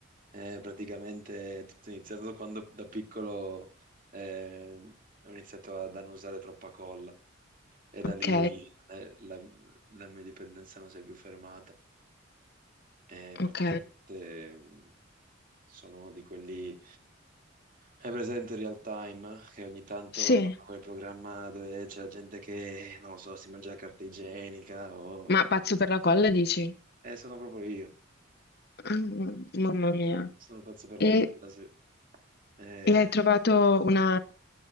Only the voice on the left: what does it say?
Ok,
ok.
Sì,
ma pazzo per la colla, dici?
Mm, Mamma mia.
E,
e hai trovato una,